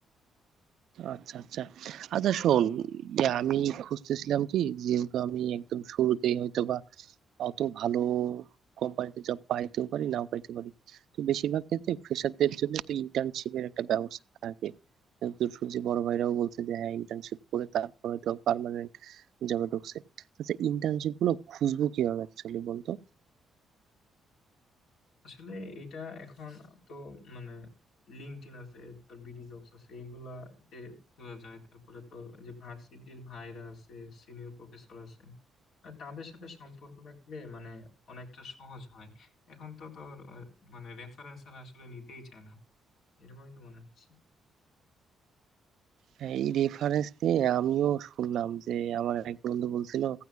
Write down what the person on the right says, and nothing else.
আচ্ছা আচ্ছা আচ্ছা শোন ইয়া, আমি খুঁজতেছিলাম কি যেহেতু আমি একদম শুরুতেই হয়তো বা অত ভালো কোম্পানিতে জব পাইতেও পারি নাও পাইতে পারি তো বেশিরভাগ ক্ষেত্রে ফ্রেশারদের জন্য তো ইন্টার্নশিপের একটা ব্যবস্থা থাকে কিন্তু শুনছি বড় ভাইরাও বলছে যে হ্যাঁ ইন্টার্নশিপ করে তারপরে তো পার্মানেন্ট জবে ঢুকছে আচ্ছা ইন্টার্নশিপ গুলো খুঁজবো কিভাবে অ্যাকচুয়ালি বলতো
হ্যাঁ, এই রেফারেন্স নিয়ে আমিও শুনলাম যে আমার এক বন্ধু বলছিল